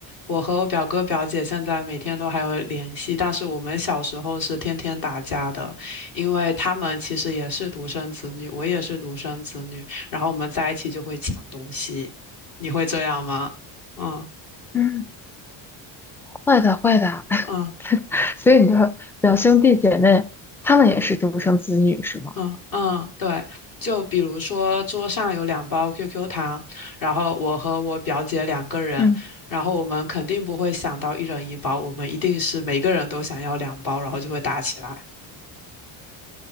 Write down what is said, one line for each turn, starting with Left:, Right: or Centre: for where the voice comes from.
Left: 我和我表哥表姐现在每天都还有联系，但是我们小时候是天天打架的，因为他们其实也是独生子女，我也是独生子女，然后我们在一起就会抢东西。你会这样吗？嗯
Centre: 嗯。会的，会的。<laughs>
Left: 嗯。
Centre: 所以你的表兄弟姐妹，他们也是独生子女，是吗？
Left: 嗯嗯，对，就比如说桌上有两包 QQ 糖，然后我和我表姐两个人，
Centre: 嗯，
Left: 然后我们肯定不会想到一人一包，我们一定是每个人都想要两包，然后就会打起来，